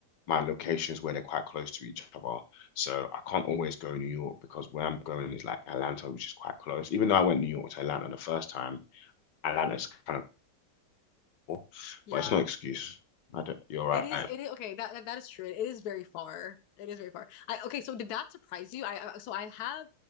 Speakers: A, on the left (about 85°); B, on the left (about 70°).
A: my locations where they're quite close to each other. So I can't always go New York because where I'm going is like Atlanta, which is quite close. Even though I went New York to Atlanta the first time, Atlanta's kind of cool,
B: Yeah.
A: but it's no excuse. I don't, you're right.
B: It is
A: I-
B: it is okay, that, that that is true. It is very far. It is very far. I okay, so did that surprise you? I, I so I have